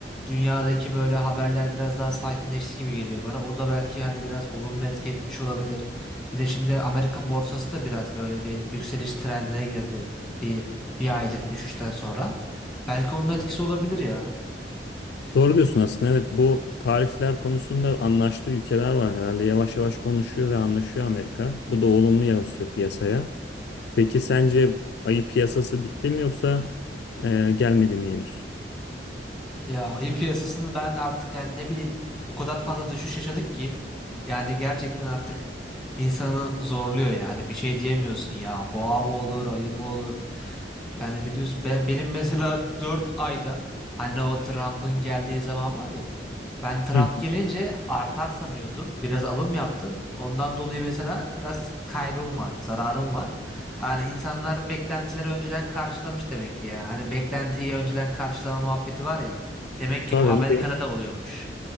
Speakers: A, in the centre; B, on the left.
A: dünyadaki böyle haberler biraz daha sakinleşti gibi geliyor bana. O da belki hani biraz olumlu etki etmiş olabilir. Bir de şimdi Amerika borsası da biraz böyle bir yükseliş trendine girdi bir bir aylık düşüşten sonra. Belki onun etkisi olabilir ya.
B: Doğru diyorsun aslında. Evet bu tarifler konusunda anlaştığı ülkeler var herhalde. Yavaş yavaş konuşuyor ve anlaşıyor Amerika. Bu da olumlu yansıyor piyasaya. Peki sence ayı piyasası bitti mi yoksa e, gelmedi mi henüz?
A: Ya ayı piyasasını ben artık yani ne bileyim o kadar fazla düşüş yaşadık ki yani gerçekten artık insanı zorluyor yani bir şey diyemiyorsun ya boğa mı olur ayı mı olur yani biliyorsun ben, benim mesela <laughs> dört ayda hani o Trump'ın geldiği zaman var ya ben Trump
B: Hı.
A: gelince artar sanıyordum biraz alım yaptım ondan dolayı mesela biraz kaybım var zararım var yani insanlar beklentileri önceden karşılamış demek ki ya hani beklentiyi önceden karşılama muhabbeti var ya Demek ki
B: Tabii,
A: bu Amerika'da da oluyormuş.